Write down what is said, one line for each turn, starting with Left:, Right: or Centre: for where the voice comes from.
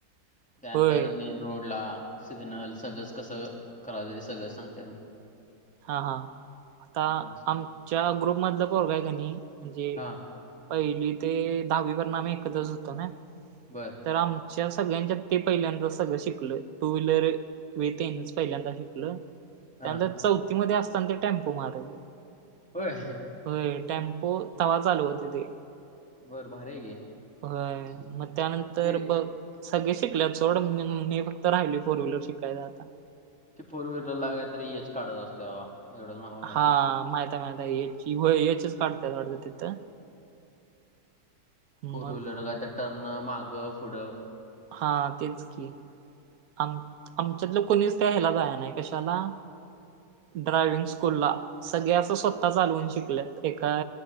Centre: त्यानंतर
Right: होय
Centre: मेन रोडला, सिग्नल सगळंच कसं करावं ते सगळं सांगत्यात म्हण.
Right: हा हा. आता
Centre: मग असं.
Right: आमच्या ग्रुपमधलं पोरग आहे की नाही म्हणजे
Centre: हां,
Right: पहिली ते दहावीपर्यंत आम्ही एकत्रच होतो नाही.
Centre: बरं.
Right: तर आमच्या सगळ्यांच्यात ते पहिल्यादा सगळं शिकलोय टू व्हीलर मी तेनेच पहिल्यांदा शिकलोय.
Centre: हां.
Right: त्यानंतर चौथीमध्ये असताना ते टेम्पो मारालं.
Centre: होय?
Right: होय टेम्पो तवा चालू होते ते.
Centre: बरं भारी आहे
Right: होय,
Centre: की.
Right: मग त्यानंतर
Centre: ते
Right: बघ सगळी शिकल्यात सोड <unintelligible> मी फक्त राहिली फोर व्हीलर शिकायचा आता.
Centre: ती फोर व्हीलरला काहीतरी एच काढायचं असतंय बाबा. एवढंच मला माहिती
Right: हा
Centre: आहे
Right: माहितेय माहितेय याची हो याचीच काढत्यात वाटतं तिथं.
Centre: ़ फोर
Right: मग
Centre: व्हीलर ला काय त्या टर्न मागं पुढं
Right: हा तेच की. आम-आमच्यातलं कोणीच त्या ह्याला जायाय नाही कशाला ड्रायव्हिंग स्कूलला. सगळे असं स्वतः चालवून शिकल्यात एका